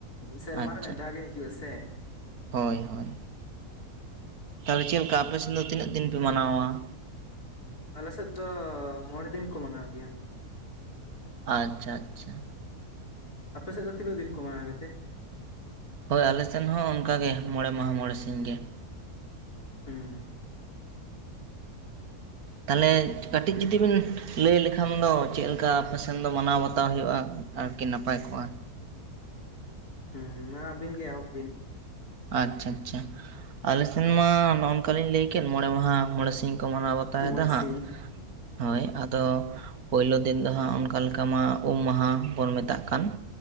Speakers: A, on the left (about 70°); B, on the right (about 70°).
A: ᱥᱮᱨᱢᱟᱨ
B: ᱟᱪᱪᱷᱟ
A: ᱨᱮ ᱢᱤᱫ ᱫᱷᱟᱣ ᱜᱮ ᱦᱤᱡᱩᱜ-ᱟ ᱥᱮ ᱾
B: ᱦᱳᱭ ᱦᱳᱭ᱾ ᱛᱟᱦᱚᱞᱮ ᱪᱮᱫ ᱞᱮᱠᱟ ᱟᱯᱮ ᱥᱮᱱ ᱫᱚ ᱛᱤᱱᱟᱹᱜ ᱫᱤᱱ ᱯᱮ ᱢᱟᱱᱟᱣᱟ ᱾
A: ᱟᱞᱮᱥᱮᱫ ᱫᱚ ᱢᱚᱬᱮ ᱫᱤᱱ ᱠᱚ ᱢᱟᱱᱟᱣ ᱜᱮᱭᱟ ᱾
B: ᱟᱪᱪᱷᱟ ᱟᱪᱪᱷᱟ ᱾
A: ᱟᱯᱮ ᱥᱮᱜ ᱫᱚ ᱛᱤᱱᱟᱹᱜ ᱫᱤᱱ ᱠᱚ ᱢᱟᱱᱟᱣ ᱜᱮᱛᱮ?
B: ᱦᱳᱭ ᱟᱞᱮᱥᱮᱱ ᱦᱚᱸ ᱚᱱᱠᱟ ᱜᱮ ᱢᱚᱬᱮ ᱢᱟᱦᱟ ᱢᱚᱬᱮ ᱥᱤᱧ ᱜᱮ ᱾
A: ᱦᱩᱸ᱾
B: ᱛᱟᱦᱚᱞᱮ ᱠᱟᱹᱴᱤᱡ ᱡᱩᱫᱤ ᱵᱤᱱ ᱞᱟᱹᱭ ᱞᱮᱠᱷᱟᱱ ᱫᱚ ᱪᱮᱫ ᱞᱮᱠᱟ ᱟᱯᱮᱥᱮᱱ ᱫᱚ ᱢᱟᱱᱟᱣ ᱵᱟᱛᱟᱣ ᱦᱩᱭᱩᱜᱼᱟ ᱾ ᱟᱨᱠᱤ ᱱᱟᱯᱟᱭ ᱠᱚᱜᱼᱟ ᱾
A: ᱦᱩᱸ ᱢᱟ ᱟᱵᱤᱱ ᱜᱤ ᱮᱦᱚᱵ ᱵᱤᱱ?
B: ᱟᱪᱪᱷᱟ ᱟᱪᱪᱷᱟ ᱟᱞᱮᱥᱮᱱ ᱢᱟ ᱱᱚᱝᱠᱟᱞᱤᱧ ᱞᱟᱹᱭᱠᱮᱫ ᱢᱚᱬᱮ ᱢᱟᱦᱟ ᱢᱚᱬᱮ ᱥᱤᱧ ᱾ ᱠᱚ ᱢᱟᱱᱟᱣ ᱵᱟᱛᱟᱣᱮᱫᱟ
A: ᱢᱚᱬᱮ ᱥᱤᱧ
B: ᱦᱟᱸᱜ ᱦᱳᱭ ᱛᱚ ᱯᱳᱭᱞᱳ ᱫᱤᱱ ᱫᱚ ᱦᱟᱸᱜ ᱚᱱᱠᱟ ᱞᱮᱠᱟ ᱢᱟ ᱩᱢ ᱢᱟᱦᱟ ᱵᱚᱱ ᱢᱮᱛᱟᱜ ᱠᱟᱱ ᱾